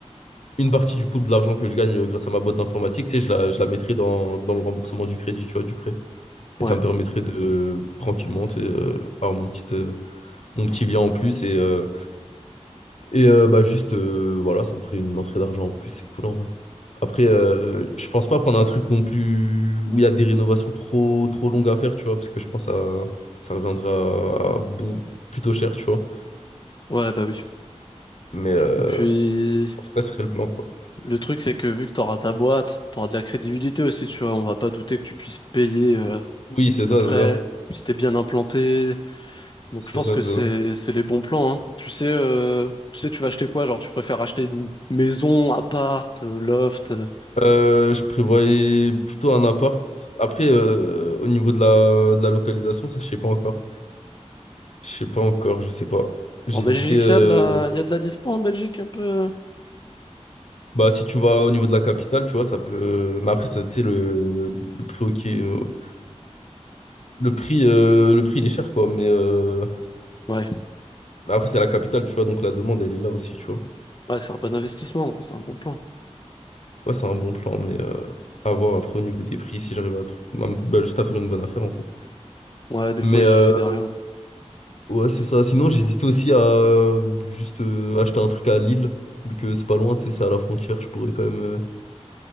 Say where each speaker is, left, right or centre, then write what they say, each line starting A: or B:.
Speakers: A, on the left; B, on the left.
A: une partie, du coup, de l'argent que je gagne euh, grâce à ma boîte d'informatique, tu sais, je la, je la mettrai dans, dans le remboursement du crédit, tu vois, du prêt. Et
B: ouais,
A: ça me permettrait de tranquillement, tu sais, euh, avoir mon petit, euh, mon petit bien en plus. Et, euh, et euh, bah, juste, euh, voilà, ça me ferait une entrée d'argent en plus. C'est cool, en vrai. Après, euh, je pense pas prendre un truc non plus où il y a des rénovations trop, trop longues à faire, tu vois, parce que je pense que ça, ça reviendra à bout- plutôt cher, tu vois.
B: ouais, bah oui.
A: Mais euh,
B: Et puis.
A: en tout cas, ce serait le plan, quoi.
B: Le truc, c'est que vu que t'auras ta boîte, t'auras de la crédibilité aussi, tu vois. On va pas douter que tu puisses payer euh,
A: Oui, c'est
B: le
A: ça,
B: prêt
A: c'est ça.
B: si t'es bien implanté. Donc
A: C'est
B: je pense
A: ça,
B: que
A: c'est
B: c'est
A: ça.
B: c'est les bons plans, hein. Tu sais, euh, tu sais, tu vas acheter quoi? Genre, tu préfères acheter une maison, appart, euh, loft. euh.
A: Euh, je prévoyais plutôt un appart. Après, euh, au niveau de la, de la localisation, ça, je sais pas encore. Je sais pas encore, je sais pas. J'hésitais.
B: En Belgique,
A: euh,
B: il y a de la, il y a de la dispo en Belgique un peu.
A: Bah, si tu vas au niveau de la capitale, tu vois, ça peut. Mais après, ça, tu sais, le, le prix au, le prix, euh, le prix, il est cher, quoi. Mais, euh,
B: Ouais,
A: mais après, c'est la capitale, tu vois. Donc, la demande, elle est là aussi, tu vois.
B: ouais, c'est un bon investissement, c'est un bon plan.
A: Ouais, c'est un bon plan, mais euh, à voir après au niveau des prix, si j'arrive à, trou- à me- bah, juste à faire une bonne affaire, en fait.
B: Ouais, des
A: Mais
B: fois, il
A: euh,
B: suffit de rien.
A: ouais, c'est
B: Des-
A: ça. Sinon, j'hésitais aussi à juste euh, acheter un truc à Lille, vu que c'est pas loin, tu sais, c'est à la frontière. Je pourrais quand même, euh,